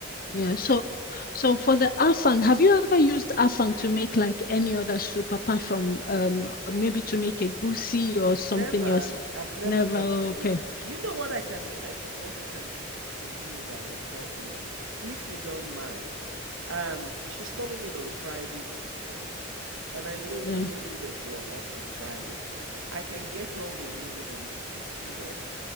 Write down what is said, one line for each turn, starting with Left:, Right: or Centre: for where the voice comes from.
Left: Yeah, so so for the afang, have you ever used afang to make like any other soup apart from um maybe to make a goosey or something
Right: Never.
Left: else?
Right: I've never
Left: Never.
Right: touched
Left: Okay.
Right: the leaf. Do you know what I can I can, what can we can do that would help me if you don't mind? Um, she's coming in on Friday evening, and I know you
Left: Yeah.
Right: told me that you are off on Friday. I can get all the ingredients, pick you up,